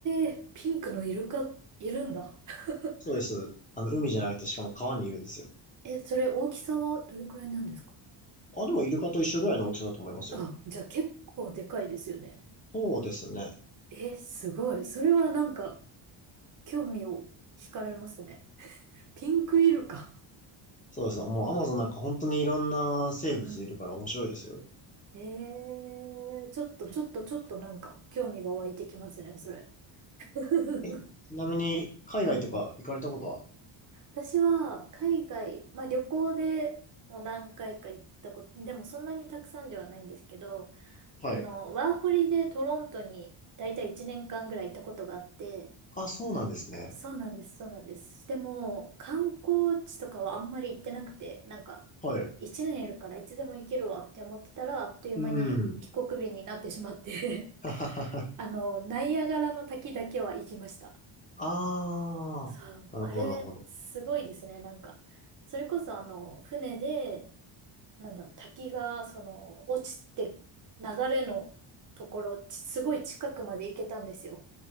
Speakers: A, on the right (about 40°); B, on the left (about 15°).
A: えピンクのイルカ、いるんだ。<laughs>
B: そうです。あの、海じゃなくてしかも川にいるんですよ。
A: え、それ大きさはどれくらいなんですか
B: あ、でもイルカと一緒ぐらいの大きさだと思いますよ。
A: あ、じゃあ結構でかいですよね。
B: そうですね。
A: え、すごい。それはなんか、興味を惹かれますね。ピンクイルカ。
B: そうです。もうアマゾンなんか本当にいろんな生物いるから面白いですよ。
A: うん。ええちょっとちょっとちょっとなんか、興味が湧いてきますね、それ。<laughs>
B: え、ちなみに海外とか行かれたことは
A: うん。私は海外、まあ旅行でもう何回か行ったこと、でもそんなにたくさんではないんですけど、
B: はい。
A: あの、ワーホリでトロントに大体1年間ぐらいいたことがあって、
B: あ、そうなんですね。
A: そうなんです、そうなんです。でも、観光地とかはあんまり行ってなくて、なんか、
B: はい。
A: 1年いるからいつでも行けるわって思ってたら、あっという間に帰国日になってしまって
B: うん。<laughs> はははは。
A: <laughs> あの、ナイアガラの滝だけは行きました。
B: ああ、
A: そう、
B: なるほど、
A: あれ、
B: なるほど。
A: すごいですね。なんか、それこそあの、船で、なんだろう、滝が、その、落ちて、流れのところ、ちすごい近くまで行けたんですよ。